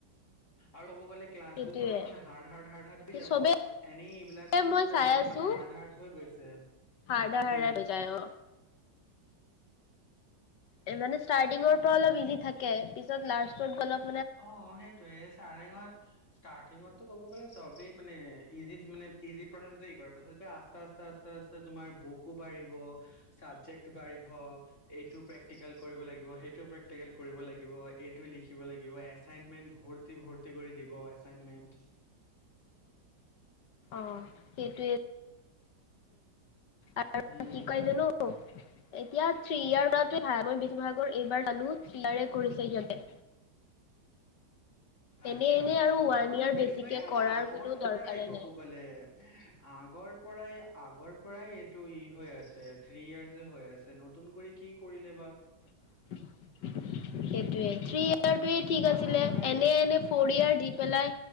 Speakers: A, on the left (about 40°); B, on the left (about 70°).
A: আৰু ক'ব গ'লে ক্লাছ
B: সেইটোয়ে
A: বি অলপ হাৰ্ড হাৰ্ড হাৰ্ড হাৰ্ড হৈ যাব
B: চবে
A: এনে এইবিলাক
B: মই
A: চম
B: চাই
A: অলপমান
B: আছো
A: হাৰ্ড হাৰ্ড হৈ গৈছে
B: হাৰ্ডাৰ হাৰ্ডাৰ
A: উ
B: হৈ যায় অ এ মানে ষ্টাৰ্টিঙৰ পৰা অলপ ইজি থাকেি লত গলপ
A: অ সেইটোয়ে চাৰেঙত াৰ্ট ঠটো ক'ব গলে চবেই মানে ইজি মানে ইজি প্ৰচ কৰে আ আস্তে আস আ তমাৰ বুকো বাঢ়িব চাবজেক্ট বাঢ়িব এইটো প্ৰেক্টিকেল কৰিব লাগিব সেইটো প্ৰেক্টিকেল কৰিব লাগিব এইটো লিখিব লাগিব এচাইনমেন্ট ভৰ্তি ভৰ্তি কৰি দিব এচাইনমেন্ট
B: অ সেইটোৱে আৰু
A: উম
B: কি কয় জানো এতিয়া থ্ৰী ইয়াৰ পৰা ভ মই বি মহাগৰ এইবাৰ চালো থ্ৰী ইয়াৰে কৰিছে সিহঁতে এনে
A: আচ্ছা
B: এনে
A: আচ্ছা
B: আৰু ওৱান
A: অ
B: ইয়াৰ
A: বেছিভাগ
B: বেছিকে কৰাৰ
A: আগৰ
B: কোনো দৰকাৰে
A: পৰাই কব
B: নাই
A: গ'লে আগৰ পৰাই আগৰ পৰাই এইটো ই হৈ আছে থ্ৰী ইয়াৰ্চ হৈ আছে নতুন কৰি কি কৰিলে বা
B: <inaudible> সেইয়ে থয়য়ে ঠিক আছিল
A: আগৰ পৰাই
B: এনে এনে ফৰ ইয় পেলাই